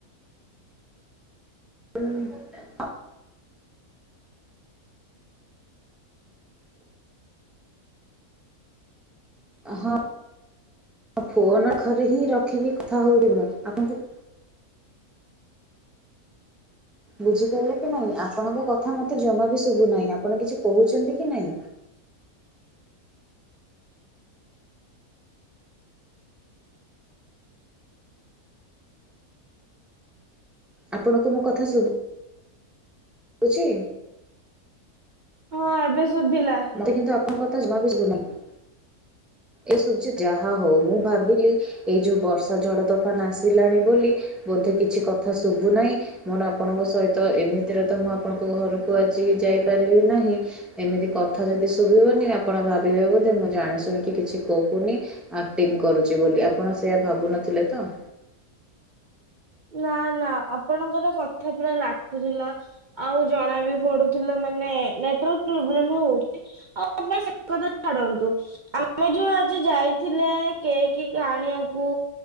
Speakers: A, in the centre; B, on the right (about 75°).
A: <unintelligible> ହଁ ଫୋନ ଘରେ ହିଁ ରଖିକି କଥା ହଉଥିଲ। ଆପଣଙ୍କୁ ବୁଝିପାରିଲେ କି ନାଇଁ? ଆପଣଙ୍କ କଥା ମତେ ଜମା ବି ଶୁଭୁନାହିଁ। ଆପଣ କିଛି କହୁଛନ୍ତି କି ନାଇଁ? ଆପଣଙ୍କୁ ମୋ କଥା ଶୁଭୁ ବୁଛି?
B: ହଁ ଏବେ ଶୁଭିଲା।
A: ମତେ କିନ୍ତୁ ଆପଣଙ୍କ କଥା ଜମା ବିି ସୁଭୁନାହିଁ। ଏସୁଚି ଯାହା ହଉ ମୁଁ ଭାବିଲି ଏଇ ଯୋଉ ବର୍ଷା ଝଡ ତୋଫାନ ଆସିଲାଣି ବୋଲି ବୋଧେ କିଛି କଥା ଶୁଭୁ ନାହିଁ। ମୋର ଆପଣଙ୍କ ସହିତ, ଏମିତିରେ ତ ମୁଁ ଆପଣଙ୍କ ଘରକୁ ଆଜି ଯାଇପାରିବି ନାହିଁ। ଏମିତି କଥା ଯଦି ଶୁଭିବନି ଆପଣ ଭାବିବେ ବୋଧେ ମୁଁ ଜାଣି ଶୁଣିକି କିଛି କହୁନି। ଆକ୍ଟିଂ କରୁଛି ବୋଲି। ଆପଣ ସେଆ ଭାବୁନଥିଲେ ତ?
B: ନା ନା ଆପଣଙ୍କର କଥା ପୁରା ଲାଖୁଥିଲା। ଆଉ ଜଣା ବିି ପଡୁ ଥିଲା ମାନେ ନେଟୱର୍କ ପ୍ରୋବ୍ଲେମ ହଉଛି। <unintelligible> ସେକଥା ଛାଡନ୍ତୁ। ଆମେ ଯୋଉ ଆଜି ଯାଇଥିଲେ କେକ କି ଆାଣିବାକୁ।